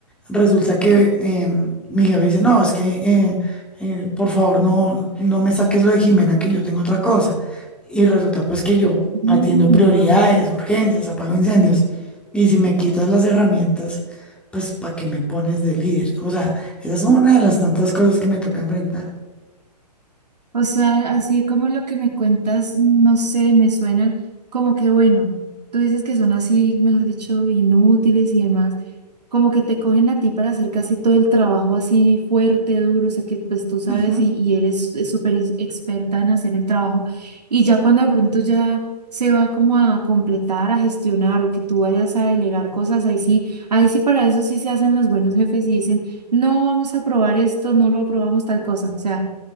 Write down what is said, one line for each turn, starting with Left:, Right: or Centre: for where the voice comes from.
Centre: resulta que eh, mi jefe dice, no, es que eh, eh, por favor no, no me saques lo de Jimena, que yo tengo otra cosa. Y resulta pues que yo
Right: Mm,
Centre: atiendo prioridades,
Right: no.
Centre: urgencias, apago incendios. Y si me quitas las herramientas, pues ¿para qué me pones de líder? O sea, esa es una de las tantas cosas que me toca enfrentar.
Right: O sea, así como lo que me cuentas, no sé, me suena como que bueno, tú dices que son así, mejor dicho, inútiles y demás. como que te cogen a ti para hacer casi todo el trabajo así fuerte, duro, o sea que pues tú sabes
Centre: Ujú.
Right: y, y eres eh, súper ex- experta en hacer el trabajo y ya cuando de pronto ya se va como a completar, a gestionar o que tú vayas a delegar cosas, ahí sí, ahí sí para eso sí se hacen los buenos jefes y dicen, no vamos a aprobar esto, no lo aprobamos tal cosa, o sea,